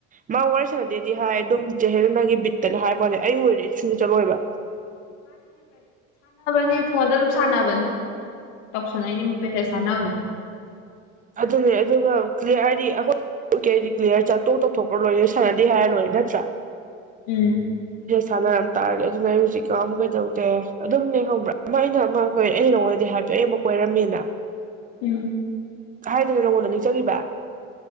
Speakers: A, on the right (about 25°); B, on the left (about 80°).
A: ꯃꯥ ꯋꯥꯔꯤ ꯁꯥꯟꯅꯗꯦꯗꯤ ꯍꯥꯏ ꯑꯗꯨꯝ ꯍꯦꯟꯕꯒꯤ ꯕꯤꯠꯇꯅꯦ ꯍꯥꯏꯕꯋꯥꯅꯦ ꯑꯩ ꯑꯣꯏꯔꯗꯤ ꯨꯁꯨꯡꯆꯠ ꯆꯠꯂꯣꯏꯕ
B: ꯅꯦ ꯐꯣꯟꯗ ꯑꯗꯨꯝ ꯁꯥꯟꯅꯕꯅꯤ ꯇꯧꯁꯟꯅꯩꯩꯅꯤ ꯃꯦꯁꯦꯖ ꯊꯟꯅꯕꯅꯦ
A: ꯑꯗꯨꯅꯦ ꯑꯗꯨꯒ ꯀ꯭ꯂꯤꯌꯥꯔ ꯍꯥꯏꯗꯤ ꯑꯩꯈꯣꯏ ꯍꯥꯏꯗꯤ ꯀ꯭ꯂꯤꯌꯥꯔ ꯆꯥꯠ ꯇꯣꯛ ꯇꯧꯊꯣꯛꯈ꯭ꯔ ꯂꯣꯏꯔꯦ ꯁꯥꯟꯅꯗꯦ ꯍꯥꯏꯔ ꯂꯣꯏꯔꯦ ꯅꯠꯇ꯭ꯔꯥ
B: ꯎꯝ
A: ꯁꯥꯟꯅꯔꯝ ꯇꯥꯔꯗꯤ ꯑꯗꯨꯅ ꯑꯩ ꯍꯧꯖꯤꯛ ꯉꯥꯎꯒꯦ ꯇꯧꯏ ꯑꯗꯨꯝꯅꯦ ꯈꯪꯕ꯭ꯔꯥ ꯑꯃ ꯑꯩꯅ ꯑꯃ ꯑꯩ ꯅꯉꯣꯟꯗꯗꯤ ꯍꯥꯏꯕꯗꯣ ꯑꯩ ꯑꯃ ꯀꯣꯢꯔꯝꯃꯦꯅ
B: ꯎꯝ
A: ꯍꯥꯏꯗꯅ ꯅꯉꯣꯟꯗ ꯅꯤꯡꯁꯤꯡꯉꯤꯕ